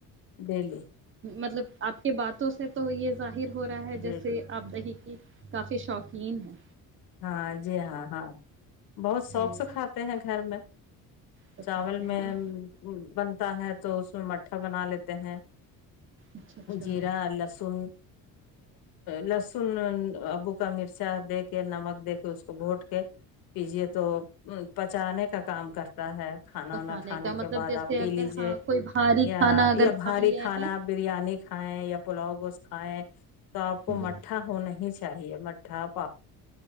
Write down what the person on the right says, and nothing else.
مطلب آپ کے باتوں سے تو یہ ظاہر ہو رہا ہے
جیسے آپ دی کافی شوقین ہے
جی
تو
کھاتے ہیں
نا
اچھا اچھا
پچانے
کا مطلب
جیسے
اگر
ہاں کوئی بھاری
کھانا اگر
کھا
لیا
ہے
جی